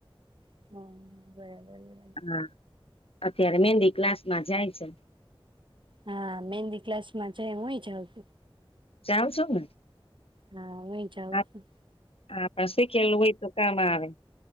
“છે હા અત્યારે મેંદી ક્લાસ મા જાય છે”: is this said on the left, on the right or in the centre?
Left